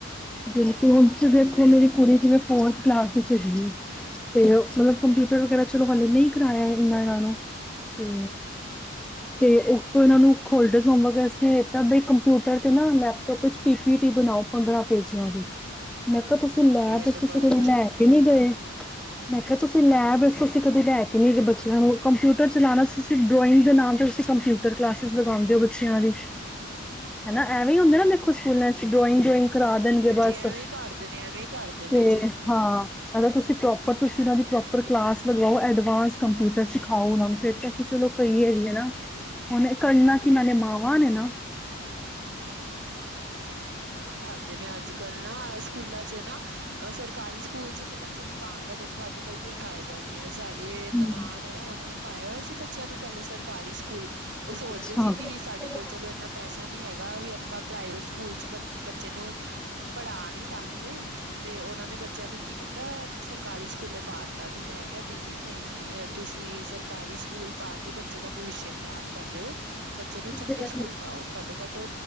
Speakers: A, in the centre; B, on the right.
A: ਗਿਣਤੀ ਵਿੱਚ ਦੇਖੋ, ਮੇਰੀ ਕੁੜੀ ਜਿਵੇਂ ਫੋਰਥ ਕਲਾਸ ਵਿੱਚ ਹੈਗੀ ਏ ਤੇ, ਮਤਲਬ ਕੰਪਿਊਟਰ ਵਗੈਰਾ ਚਲੋ ਹਾਲੇ ਨਈ ਕਰਾਏਆ ਏਨਾ-ਏਨਾਂ ਨੂੰ ਤੇ
B: ਹੂੰ
A: ਤੇ ਉਸ ਤੋਂ ਓਨਾਂ ਨੂੰ ਹੋਲਡ ਸੋਮਰਸ ਕੇ ਦਿੱਤਾ ਬ ਕੰਪਿਊਟਰ ਤੇ ਨਾ ਲੈਪਟੋਪ ਵਿੱਚ ਪੀ -ਸੀ -ਟੀ ਬਣਾਓ ਪੰਦਰਾਂ ਪੇਜੀਆਂ ਦੀ, ਮੈਂ ਕੇਆ ਤੁਸੀਂ
B: ਹਾਏ
A: ਲੈਬ
B: ਇਹ
A: ਵਿੱਚ
B: ਤੇ
A: ਤੁਸੀਂ
B: ਬੜਾ
A: ਕਦੇ
B: ਮੁਸ਼ਕਿਲ
A: ਲੈ
B: ਕੰਮ
A: ਕੇ ਨਈ ਗਏ
B: <unintelligible> <inaudible>
A: ਮੈਂ ਕੇਆ ਤੁਸੀਂ ਲੈਬ ਵਿੱਚ ਤੁਸੀਂ ਕਦੇ ਲੈ ਕੇ ਨਈ ਗਏ ਬੱਚੇਆਂ ਨੂੰ ਕੰਪਿਊਟਰ ਚਲਾਣਾ ਤੁਸੀ ਡਰੋਇੰਗ ਦੇ ਨਾਮ ਤੇ ਤੁਸੀਂ ਕੰਪਿਊ ਫੇਰ ਕਲਾਸਿਸ ਲਗਾਂਦੇ ਬੱਚੇਆਂ ਦੀ।
B: <inaudible>
A: ਹਨਾ ਐਵੇਂ ਈ ਹੁੰਦੇ ਨਾ ਦੇਖੋ ਸਕੂਲਾਂ'ਚ ਡਰੋਇੰਗ ਡਰੋਇੰਗ ਕਰਾ
B: ਹਾਂਜੀ
A: ਦੇਨਗੇ
B: ਹਾਂਜੀ
A: ਬਸ
B: ਐਵੇਂ
A: ਤੇ,
B: ਹੀ ਕਰਦੇ ਨੇ ਐਵੇਂ ਹੀ ਕਰਦੇ ਨੇ ਜੀ
A: ਹਾਂ ਮੈਂ ਕਿਆ ਤੁਸੀ ਪ੍ਰੋਪਰ ਤੁਸੀ ਓਨਾਂ ਦੀ ਪ੍ਰੋਪਰ ਕਲਾਸ ਲਗਾਓ ਐਡਵਾਂਸ ਕੰਪਿਊਟਰ ਸਿਖਾਓ ਓਨਾਂ ਨੂੰ ਪੇਪਰ ਕਿ ਚਲੋ ਕਈ ਏ ਯੇ ਨਾ ਹੁਣ ਐ ਕਰਨਾ ਕਿੰਨਾ ਨੇ ਮਾਵਾਂ ਨੇ ਨਾ
B: ਤਾਂ ਬੱਚੇ ਹਾਂਜੀ, ਐਵੇਂ ਈ ਕਰਦੇ ਨੇ ਅੱਜ ਕੱਲ ਨਾ ਸਕੂਲਾਂ ਚ ਨਾ ਸਰਕਾਰੀ ਸਕੂਲ ਚ ਤੇ ਬ ਬੱਚੇ ਨੂੰ ਪਾਣ ਦਾ ਦੇਖੋ ਅੱਜ ਕੱਲ ਕੋਈ ਫਾਇਦਾ ਨੀ ਐ ਸਾਡੀ ਏ ਨਨਾਣ
A: ਹੂੰ
B: ਹੈਂ ਉਨਾਂ ਨੇ ਪਾਇਆ ਹੋਇਆ ਸੀ ਬੱਚਿਆਂ ਨੂੰ ਪੈਲੇ ਸਰਕਾਰੀ ਸਕੂਲ ਓ ਸੋਚਦੇ
A: ਅੱਛਾ
B: ਸੀ ਕਿ
A: ਹੂੰ
B: ਵੀ ਸਾਡੇ ਕੋਲ ਚਲੋ ਇਨਾ ਪੈਸਾ ਨੀ ਹੈਗਾ ਵੀ ਆਪਾਂ ਪ੍ਰਾਈਵੇਟ ਸਕੂਲ ਚ ਬ ਬੱਚੇ ਨੂੰ ਪੜਾ ਨੀ ਸਕਦੇ। ਤੇ ਉਨਾਂ ਨੇ ਬੱਚਿਆਂ ਨੂੰ ਕੀ ਕੀਤਾ ਸਰਕਾਰੀ ਸਕੂਲੇ ਪਾ ਦਿੱਤਾ ਤੇ ਮੈਂ ਕਿਆ ਦੀ ਦੀ ਨਈ ਤੁਸੀ ਸਰਕਾਰੀ ਸਕੂਲ ਪਾ ਕੇ ਬੱਚੇ ਦਾ ਭਵਿੱਸ਼ੇ ਖ਼ਰਾਬ ਕਰ ਰੇ ਓ। ਬੱਚੇ ਨੂੰ ਚੰਗੇ
A: ਹਾਂ
B: ਸਕੂਲ ਪਾਓ ਘੱਟੋ ਘੱਟ ਓ